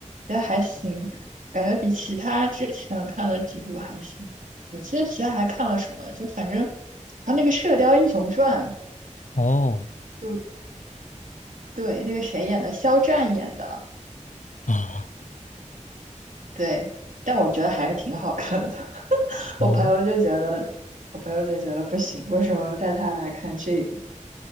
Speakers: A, on the right; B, on the left.
A: 觉得还行，感觉比其他之前看了几部还行。我记得其他还看了什么，就反正他那个《射雕英雄传》
B: 哦
A: 就对那个谁演的，肖战演的，
B: 啊，
A: 对，但我觉得还是挺好看的。<laughs>
B: 哦，
A: 我朋友就觉得，我朋友就觉得不行，为什么带他来看这个？